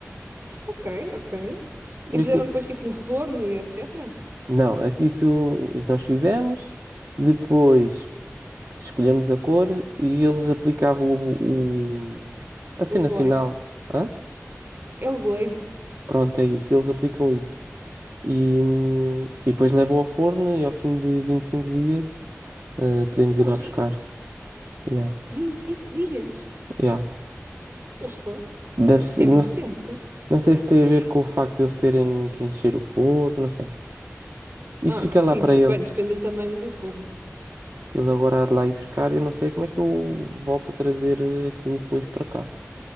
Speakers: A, on the right (about 50°); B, on the right (about 70°).
A: ok, ok. E
B: E
A: puseram
B: Aquilo.
A: depois tipo no forno e etc.
B: Não, aqui isso nós fizemos, depois escolhemos a cor e eles aplicavam o, o- a cena
A: O glaze.
B: final. Hã?
A: É o glaze.
B: Pronto, é isso, eles aplicam isso. e, hum, e depois levo ao forno e ao fim de 25 dias eh, podemos
A: Pulsa.
B: ir lá buscar. Yeah,
A: vinte e cinco dias.
B: yeah.
A: Pulsa.
B: Deve ser,
A: Isso é
B: não,
A: muito
B: se-
A: tempo.
B: não sei se tem a ver com o facto de eles terem que encher o forno, não sei. Isso
A: Ah,
B: fica
A: sim.
B: lá para ele.
A: Bem, depende do tamanho do forno.
B: Ele agora há de lá ir buscar. Eu não sei como é que eu volto a trazer eh, aquilo depois para cá.